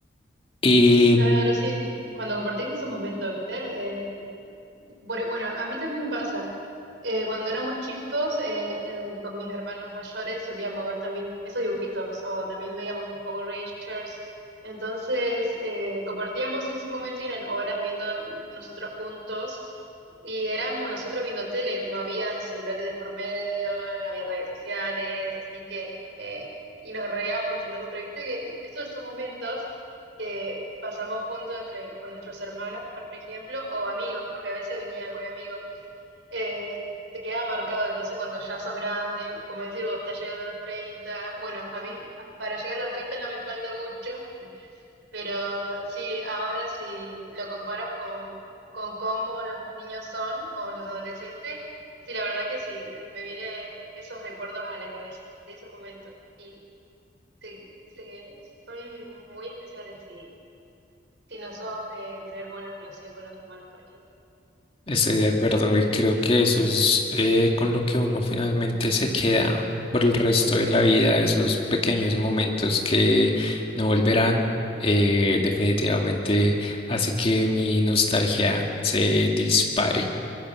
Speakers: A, on the left; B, on the right.
A: Y
B: Claro, sí, cuando compartís esos momentos, ¿viste? Eh, por- e, bueno, a mí también me pasa. Eh, cuando éramos chicos, eh, eh, con mis hermanos mayores solíamos ver también esos dibujitos o también veíamos los Power Rangers. Entonces, eh, compartíamos ese momento y eran horas viendo nosotros juntos y éramos nosotros viendo tele, no habían celulares de por medio, no había redes sociales, así que, eh, y nos reíamos entre nosotros, viste que estos son momentos que pasamos juntos entre, con nuestros hermanos, por ejemplo, o amigos, porque a veces venía algún amigo, eh, te queda marcado, entonces cuando ya sos grande, como decís vos, estás llegando a los treinta bueno, a mí para llegar a los 30 no me falta mucho, pero sí, ahora si lo comparas con, con cómo los niños son o los adolescentes, sí, la verdad que sí, me vienen esos recuerdos a la cabeza de esos momentos. Y sí, sí, son muy especiales si, si no sos de tener buena relación con los hermanos, por ejemplo.
A: estoy de acuerdo y creo que eso es eh, con lo que uno finalmente se queda por el resto de la vida, esos pequeños momentos que no volverán, eh, definitivamente hace que mi nostalgia se dispare.